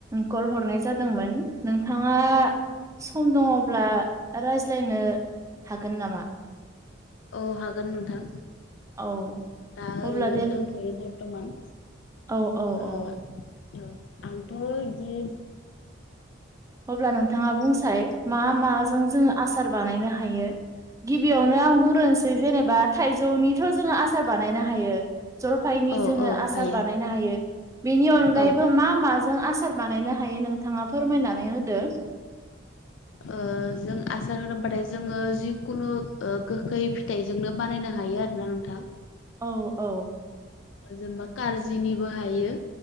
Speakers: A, on the right; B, on the left.
A: कल हरनाय जादोंमोन। नोंथाङा सम दङब्ला रायज्लायनो हागोन नामा?
B: औ हागोन नोंथां
A: औ
B: दा ओरैनो
A: अब्ला
B: दंथ'यो बर्थमान।
A: औ-औ
B: ओ
A: अ
B: औ आंथ' बिदि
A: अब्ला नोंथाङा बुंसाय मा माजों जोङो आसार बानायनो हायो? गिबियावनो आं बुंहोसै जेनेबा थाइजौनिथ' जोङो आसार बानायनो हायो। जलफायनि
B: औ
A: जोङो
B: औ
A: आसार
B: हायो
A: बानायनो हायो बेनि अनगायैबो
B: औ
A: मा-मा जों आसार बानायनो हायो नोंथाङा फोरमायनानै होदो? <unintelligible> <inaudible>
B: ओ जों आसार होनोबोबाथाय जोङो जिखुनु ओ गोखै फिथाइ जोंनो बानायनो हायो आरोना नोंथां।
A: औ-औ
B: जेनेबा करजिनिबो हायो।